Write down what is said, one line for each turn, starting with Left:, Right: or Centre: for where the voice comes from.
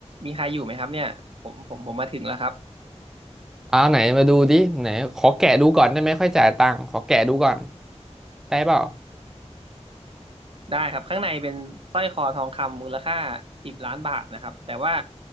Right: มีใครอยู่ไหมครับเนี่ยผมผมผมมาถึงแล้วครับ
Centre: เอาไหนมาดูดิไหนขอแกะดูก่อนได้ไหมค่อยจ่ายตังค์ขอแกะดูก่อนได้เปล่า
Right: ได้ครับข้างในเป็นสร้อยคอทองคำมูลค่าสิบล้านบาทนะครับแต่ว่า